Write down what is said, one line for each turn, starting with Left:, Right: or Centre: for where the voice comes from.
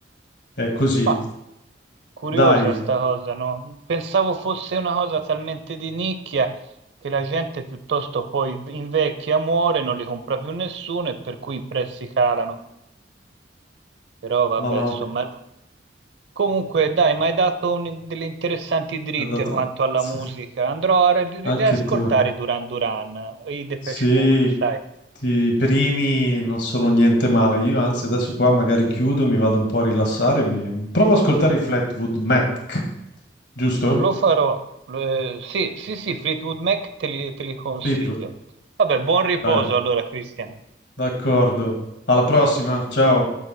Left: È così.
Right: Ma curiosa
Left: Dai,
Right: sta cosa, no? Pensavo fosse una cosa talmente di nicchia che la gente piuttosto poi invecchia, muore, non li compra più nessuno e per cui i prezzi calano. Però vabbè,
Left: no, no,
Right: insomma. Comunque, dai, mi hai dato un- delle interessanti dritte
Left: ti ho dato-
Right: quanto alla
Left: sì,
Right: musica.
Left: sì.
Right: Andrò a ri-
Left: anche
Right: riascoltare
Left: tu.
Right: i Duran Duran, i Depeche
Left: Sì,
Right: Mode, sai.
Left: ti- i primi non sono niente male. Io anzi adesso qua magari chiudo, mi vado un po' a rilassare. Mi... Provo ad ascoltare i Flatwood Mac, giusto?
Right: Lo farò. Eh, sì, sì, sì, Fleetwood Mac te li, te li consiglio.
Left: Fleetwood,
Right: Vabbè, buon riposo
Left: dai,
Right: allora, Cristian.
Left: d'accordo. Alla prossima, ciao.